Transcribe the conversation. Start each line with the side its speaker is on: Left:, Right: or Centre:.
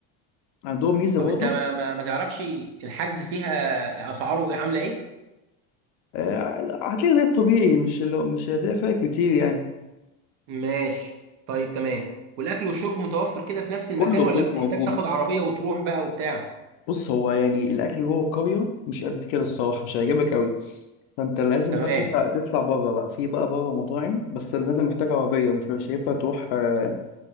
Left: عندهم ميزة
Right: طب
Left: برضه
Right: انت ما, ما, ما تعرفش الحجز فيها اسعاره إيه؟ عاملة ايه
Left: آه، هتلاقي زي الطبيعي مش اللي مش هتلاقي فرق كتير يعني
Right: ماشي طيب تمام والاكل والشرب متوفر كده في نفس المكان
Left: كله
Right: ولا
Left: كله
Right: بتحتاج
Left: موجود
Right: تاخد عربيه وتروح بقى وبتاع
Left: بص هو يعني الاكل جوه القريه مش قد كده الصراحه مش هيعجبك قوي فانت لازم
Right: تمام
Left: بقى تطلع تطلع بره بقى في بقى بره مطاعم بس لازم محتاج عربيه مش مش هينفع تروح آه،